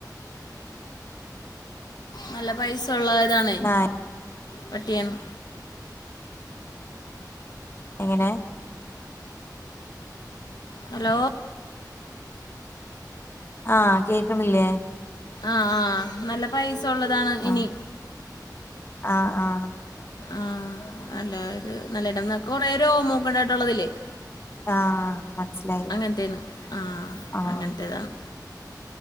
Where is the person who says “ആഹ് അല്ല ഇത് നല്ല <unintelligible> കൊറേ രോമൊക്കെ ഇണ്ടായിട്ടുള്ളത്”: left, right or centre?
Left